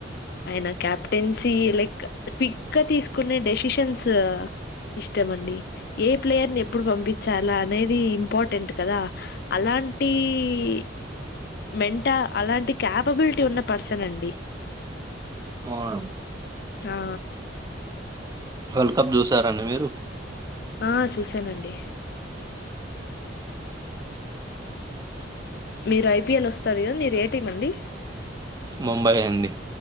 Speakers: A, on the left; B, on the right.
A: ఆయన క్యాప్టెన్స లైక్ క్విక్ గా తీసుకునే డెసిషన్స్ ఇష్టం అండి ఏ ప్లేయర్ ని ఎప్పుడు పంపించాలా అనేది ఇంపార్టెంట్ కదా అలాంటి ఈ మెంటా అలాంటి క్యాపబుల్ ఉన్న పర్సన్ అండి
B: ఆవును
A: ఆ
B: వరల్డ్ కప్ చూసారా అండి మీరు
A: ఆ చూశానండి మీరు ఐపీఎల్ వస్తుంది కదా మీరు ఏ టీం అండి
B: ముంబై అండి